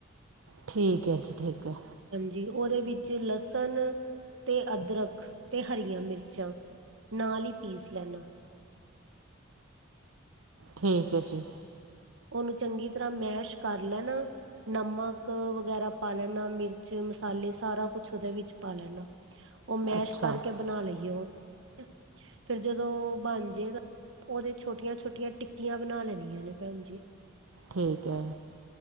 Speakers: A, on the right (about 80°); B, on the right (about 65°).
A: ਠੀਕ ਹੈ।, ਜੀ ਠੀਕ ਹੈ।
B: ਜੀ। ਉਹਦੇ ਵਿੱਚ ਲਸਣ ਤੇ ਅਦਰਕ ਤੇ ਹਰੀਆਂ ਮਿਰਚਾਂ। ਨਾਲ ਹੀ ਪੀਸ ਲੈਣਾ।
A: ਠੀਕ ਹੈ ਜੀ।
B: ਉਹਨੂੰ ਚੰਗੀ ਤਰ੍ਹਾਂ ਮੈਸ਼ ਕਰ ਲੈਣਾ। ਨਮਕ ਵਗੈਰਾ ਪਾ ਲੈਣਾ ਮਿਰਚ, ਮਸਾਲੇ ਸਾਰਾ ਕੁੱਛ ਉਹਦੇ ਵਿੱਚ ਪਾ ਲੈਣਾ। ਉਹ ਮੈਸ਼
A: ਅੱਛਾ
B: ਕਰਕੇ ਬਣਾ ਲਈਓ। ਉਹ ਫਿਰ ਜਦੋਂ ਬਣ ਜੇ ਗਾ। ਉਹਦੇ ਛੋਟੀਆਂ- ਛੋਟੀਆਂ ਟਿੱਕੀਆਂ ਬਣਾ ਲੈਣੀਆਂ ਨੇ ਭੈਣ ਜੀ।
A: ਠੀਕ ਹੈ।